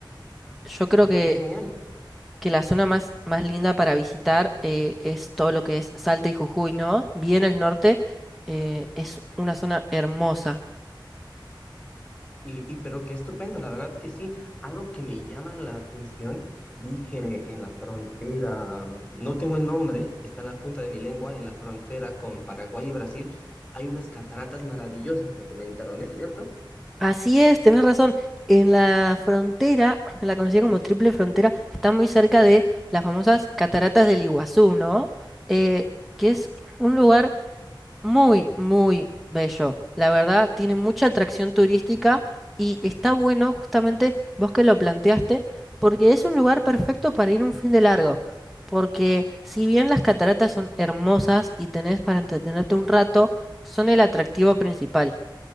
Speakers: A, in the centre; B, on the left.
A: Yo creo
B: pero
A: que
B: qué genial.
A: que la zona más, más linda para visitar eh, es todo lo que es Salta y Jujuy, ¿no? Bien al norte, eh, es una zona hermosa.
B: Y, y pero qué estupendo, la verdad que sí, algo que me llama la atención, vi que en la frontera, no tengo el nombre, está en la punta de mi lengua, en la frontera con Paraguay y Brasil, hay unas cataratas maravillosas, me comentaron, ¿es cierto?
A: Así es, tenés razón. En la frontera, en la conocida como Triple Frontera, está muy cerca de las famosas Cataratas del Iguazú, ¿no? Eh, que es un lugar Muy, muy bello. La verdad, tiene mucha atracción turística y está bueno justamente vos que lo planteaste, porque es un lugar perfecto para ir un fin de largo. Porque si bien las cataratas son hermosas y tenés para entretenerte un rato, son el atractivo principal.